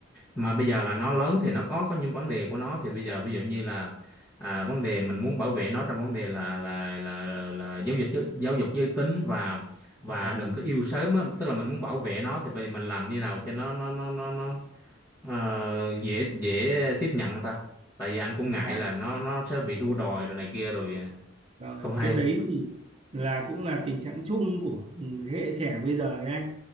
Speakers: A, on the left; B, on the right.
A: Mà bây giờ là nó lớn thì nó có có những vấn đề của nó thì bây giờ ví dụ như là à, vấn đề mình muốn bảo vệ nó trong vấn đề là là là là, là giáo dục giới- giáo dục giới tính và và
B: là
A: đừng có yêu sớm á. Tức là mình muốn bảo vệ nó thì bây giờ mình làm như nào cho nó nó nó nó nó ờ, dễ dễ tiếp nhận ta tại vì anh cũng
B: là
A: ngại là nó nó sẽ bị đua đòi rồi này kia rồi ờ,
B: Rồi,
A: không hay
B: cái đấy thì là cũng là tình trạng chung của thế hệ trẻ bây giờ đấy anh